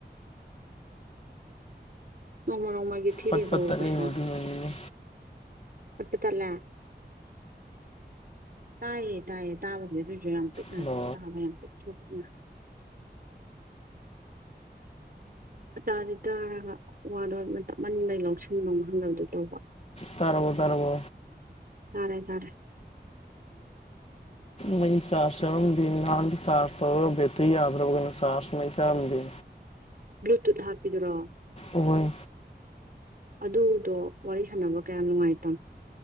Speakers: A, on the right; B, on the left.
A: ꯅꯣꯡꯃ ꯅꯣꯡꯃꯒꯤ ꯊꯤꯔꯤꯔꯣ
B: ꯄꯠ ꯄꯠ ꯇ
A: ꯄꯩꯁꯥ
B: ꯂꯩꯉꯗꯤꯅꯦ
A: ꯄꯠ ꯄꯠ ꯇꯥꯠꯂꯦ ꯇꯥꯏꯌꯦ ꯇꯥꯏꯌꯦ ꯇꯥꯕꯗꯤ ꯑꯗꯨꯑꯣꯏꯁꯨ ꯌꯥꯝ ꯄꯤꯛꯅ
B: ꯍꯜꯂꯣ
A: ꯇꯥꯕ ꯌꯥꯝ ꯄꯤꯛꯇꯔꯨꯄꯤꯛꯅ ꯑꯇꯥꯗꯤ ꯇꯥꯔꯒ ꯋꯥꯗꯣ ꯃꯅꯤꯡ ꯂꯩꯩ ꯂꯧꯁꯤꯟꯐꯝꯣ ꯈꯪꯗꯕꯗꯨ ꯇꯧꯕ
B: ꯇꯔꯕꯣ ꯇꯔꯕꯣ
A: ꯇꯥꯔꯦ ꯇꯥꯔꯦ
B: ꯃꯩ ꯆꯥꯔꯖ ꯁꯦꯝꯔꯝ ꯅꯍꯥꯟ ꯆꯥꯔꯖ ꯇꯧꯔꯒ ꯕꯦꯇ ꯌꯥꯗ꯭ꯔꯕ ꯀꯩꯅꯣ ꯆꯥꯔꯖ ꯃꯩ ꯁꯝꯗꯤ
A: ꯕ꯭ꯂꯨꯇꯨꯠ ꯍꯥꯞꯄꯤꯗꯨꯔꯣ
B: ꯑꯣꯏ
A: ꯑꯗꯨꯗꯣ ꯋꯥꯔꯤ ꯁꯥꯟꯅꯕ ꯀꯌꯥꯝ ꯅꯨꯡꯉꯥꯏꯇꯝ